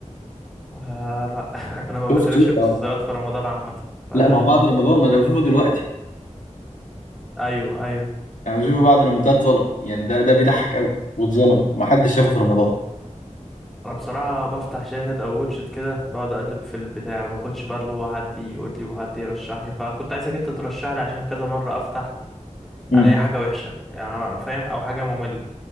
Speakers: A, in the centre; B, on the left.
A: آه لا <laughs> انا ما
B: شفت
A: بتابعش
B: شفت
A: المسلسلات
B: اه
A: في رمضان عامة ف-
B: لا ما هو بعد رمضان ما انا بشوفه دلوقتي
A: ايوه ايوه
B: انا بشوفه بعد رمضان ده اتظلم يعني ده ده بيضحك قوي واتظلم ما حدش شافه في رمضان
A: انا بصراحة بفتح شاهد او واتشت كده بقعد اقلب في البتاع ما باخدش بقى اللي هو حد يقول لي وحد يرشح لي فكنت عايزك انت ترشح لي عشان كذا مرة افتح
B: امم
A: الاقي حاجة وحشة يعني أنا فاهم او حاجة مملة